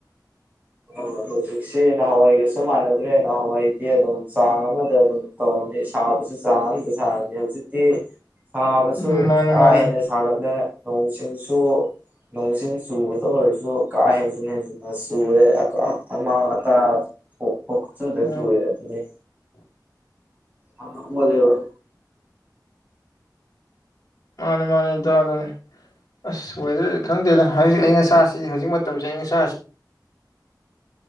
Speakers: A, on the right (about 20°); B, on the left (about 45°).
A: ꯑꯣ ꯍꯧꯖꯤꯛꯁꯤ ꯅꯍꯥꯟꯋꯥꯏꯒꯁꯨ ꯃꯥꯟꯅꯗ꯭ꯔꯦ ꯅꯍꯥꯋꯥꯏꯗꯤ ꯑꯗꯨꯝ ꯆꯥꯡ ꯑꯃꯗ ꯑꯗꯨꯝ ꯇꯧꯔꯝꯅꯤ ꯁꯥꯕꯁꯨ ꯆꯥꯡ ꯑꯝꯗ ꯁꯥꯔꯝꯅꯤ ꯍꯧꯖꯤꯛꯇꯤ ꯁꯥꯕꯁꯨ
B: ꯎꯝ ꯃꯥꯅꯤ
A: ꯀꯥꯍꯦꯟꯅꯥ
B: ꯃꯥꯅꯤ
A: ꯁꯥꯒꯠꯂꯦ ꯅꯣꯡ ꯆꯤꯡꯁꯨ ꯅꯣꯡ ꯆꯤꯡ ꯆꯨꯕꯗ ꯑꯣꯏꯔꯁꯨ ꯀꯥ ꯍꯦꯟꯖꯤꯟ ꯍꯦꯟꯖꯤꯟꯅ ꯆꯨꯔꯦ ꯑꯀꯥꯛ ꯑꯃꯥꯡ ꯑꯇꯥ ꯊꯣꯛꯄ ꯄꯪꯆꯨꯗ
B: ꯎꯝ
A: ꯆꯨꯏꯌꯦ ꯑꯗꯨ ꯅꯦ ꯑꯣꯜꯂꯦꯕꯥ
B: ꯃꯥꯅꯦ ꯃꯥꯅꯦ ꯏꯇꯥꯎ ꯑꯗꯨꯅꯦ ꯑꯁ ꯋꯦꯗꯔꯖꯤ ꯈꯪꯗꯦꯗ ꯍꯧꯖꯤꯛ ꯑꯌꯤꯡ ꯑꯁꯥꯁꯤ ꯍꯧꯖꯤꯛ ꯃꯇꯝꯖꯤ ꯑꯌꯤꯡ ꯑꯁꯥꯁꯤ